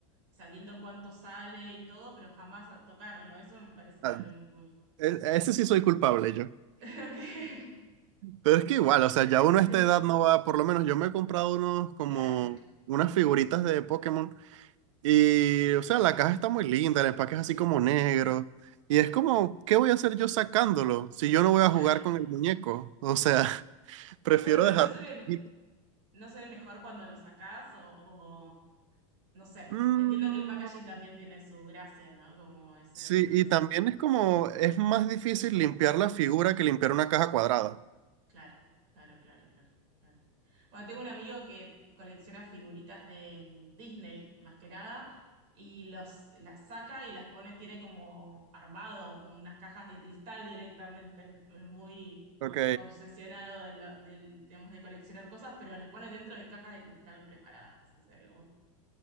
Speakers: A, on the right; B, on the right.
A: sabiendo cuánto sale y todo, pero jamás tocarlo. Eso me parece también
B: Ah,
A: muy...
B: e- ese sí soy culpable yo.
A: <laughs> Ok.
B: Pero es que igual, o sea, ya uno
A: Sí,
B: a esta edad no va, por lo menos yo me he comprado unos como
A: claro,
B: unas figuritas de Pokémon Y, o sea, la caja está muy linda, el empaque es así como negro.
A: sí,
B: Y es como, ¿qué voy a hacer yo sacándolo si yo no voy a
A: claro.
B: jugar con el muñeco? O sea, <laughs> prefiero
A: Bueno, pero
B: dejarlo.
A: no se
B: en
A: ve,
B: la cajita.
A: no se ve mejor cuando lo sacás o, o no sé.
B: Mm,
A: Entiendo que el packaging también tiene su gracia, ¿no? Como es seguro.
B: sí, y
A: Es...
B: también es como, es más difícil limpiar la figura que limpiar una
A: mm,
B: caja cuadrada.
A: Claro, claro, claro, claro, claro. Bueno, tengo un amigo que colecciona figuritas de Disney, más que nada, y los, las saca y las pone, tiene como armado unas cajas de cristal directamente, es muy
B: Ok,
A: obsesionado de lo- del tema de coleccionar cosas, pero las pone dentro de cajas de cristal preparadas. O sea, como-